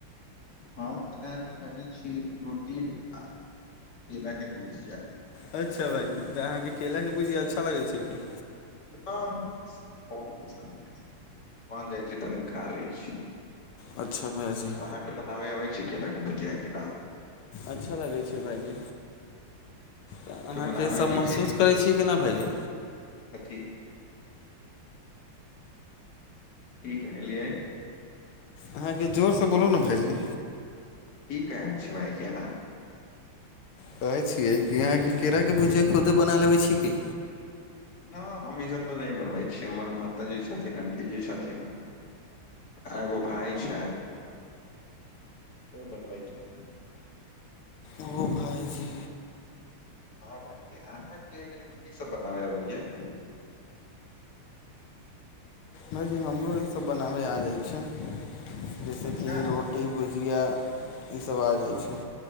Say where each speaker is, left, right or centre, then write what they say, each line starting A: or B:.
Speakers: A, on the left; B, on the left.
A: हम तऽ आ खयने छी। रोटी आ केलाके भुजिया
B: अच्छा भाइ तऽ अहाँकेँ केलाके भूजिया अच्छा लगै छै। की
A: हँ बहुत अच्छा लगै छै बन जाइ छी तऽ खा लै छी।
B: अच्छा भाय जी
A: अहाँके बनाबे आबै छी। केला के भुजिया केनो
B: अच्छा लगै छै। भायजी तऽ अहाँके
A: बनाबे
B: सब
A: अबै
B: महसूस
A: छै
B: करै छी। छी की न भाइजी
A: कथी? की कहलियै
B: अहाँके जोर से बोलू ने भाईजी।
A: की कहल छी। भायजी अहाँ
B: कहैत छियै कि अहाँके केराके भुजिया खुदै बना लेबै छी की
A: न हम ई सब न बनबै छी हमर माताजी छथिन आंटी जी छथिन आ एगो भाय छै। से बनबै छै।
B: ओ भाइजी
A: हँ भाईजी अहाँके की सब बनाबे अबैया
B: भाइजी हमरो ई सब बनाबे आ जाइ छै। जैसेकी
A: अच्छा
B: रोट टी भुजिया ई सब आ जाइ छै।